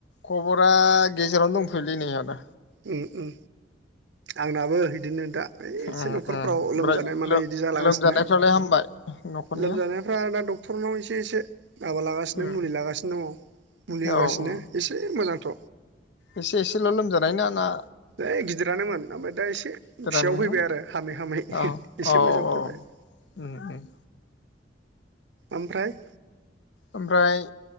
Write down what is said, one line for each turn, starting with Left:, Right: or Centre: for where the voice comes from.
Left: खबरा गेजेरावनो दंथयोलै नै आदा
Right: उम उम आंनाबो बिदिनो दा एसे
Left: उम
Right: न'खरफ्राव
Left: उम ओमफ्राय
Right: लोमजानाय मानाय बिदि जालागासिनो
Left: लोमजानायफ्रालाय हामबाय न'खरनिया
Right: लोमजानायफ्रा दा डक्ट तरनाव एसे एसे माबा लागासिनो
Left: उम
Right: मुलि लागासिनो दङ मुलि होगासिनो
Left: औ औ
Right: एसे मोजां अथ'
Left: एसे एसेल' लोमजानाय ना ना
Right: ओइ गिदिरानोमोन ओमफ्राय दा एसे फिसायाव
Left: देरानोमोन
Right: फैबाय
Left: न
Right: आरो हामै हामै
Left: औ
Right: एसे
Left: औ
Right: मोजां
Left: औ
Right: फैबाय
Left: उम उम
Right: ओमफ्राय
Left: ओमफ्राय